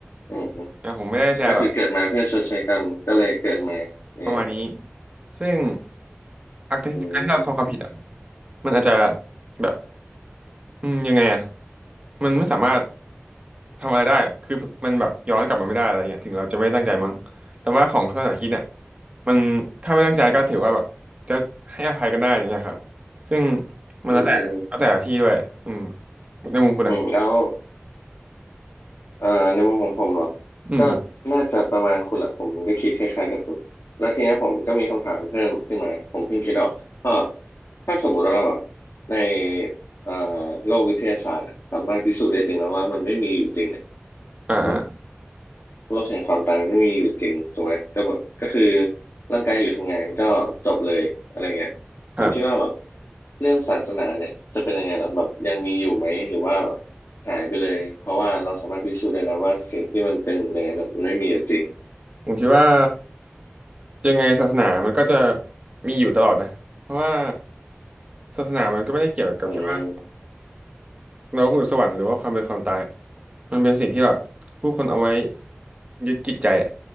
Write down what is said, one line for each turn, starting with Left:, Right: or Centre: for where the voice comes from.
Left: อืมอืม
Right: นะผมไม่ได้จะแบบ
Left: ก็คือเกิดมาเพื่อชดใช้กรรมก็เลยเกิดมาเนี่ยแหละ
Right: ประมาณนี้ซึ่งอาการการที่เราทำความผิดอ่ะ
Left: อืม
Right: มันอาจจะแบบ อืมยังไงอ่ะมันไม่สามารถทำอะไรได้คือมันแบบย้อนกลับมาไม่ได้อะไรเงี้ยถึงเราจะไม่ได้ตั้งใจมั้งแต่ว่าของศาสนาคริดเนี่ยมันถ้าไม่ตั้งใจก็ถือว่าแบบจะให้อภัยกันได้อย่างเงี้ยครับซึ่งมันแล้วแต่แล้วแต่ที่ด้วยอืม
Left: อืม
Right: ในมุมคุณนะ
Left: อืมแล้ว อ่าในมุมของผมเหรอ
Right: อืมครับ
Left: ก็น่าจะประมาณคุณแหละผมก็คิดคล้ายๆกับคุณแล้วทีเนี้ยผมก็มีคำถามเพิ่มขึ้นมาผมเพิ่งคิดออกก็ถ้าสมมุติว่าแบบในเอ่อโลกวิทยาศาสตร์อะสามารถพิสูจน์ได้จริงแล้วว่ามันไม่มีอยู่จริงอะ
Right: อ่า
Left: แบบ โลกแห่งความตายมันไม่มีอยู่จริงถูกไหมก็บอกก็คือร่างกายอยู่ทำงานก็จบเลยอะไรเงี้ยคุณคิดว่าแบบ
Right: ครับ
Left: เรื่องศาสนาเนี่ยจะเป็นยังไงหรอแบบยังมีอยู่ไหมหรือว่าแบบหายไปเลยเพราะว่าเราสามารถพิสูจน์ได้แล้วว่าสิ่งที่มันเป็นอย่างนั้นมันไม่มีอยู่จริง
Right: ผมคิดว่ายังไงศาสนามันก็จะมีอยู่ตลอดนะเพราะว่าศาสนามันก็ไม่ได้เกี่ยวกับแค่ว่า
Left: อืม
Right: เรกคือสวรรค์หรือว่าความเป็นความตายอะมันเป็นสิ่งที่แบบผู้คนเอาไว้ยึดจิตใจอ่ะ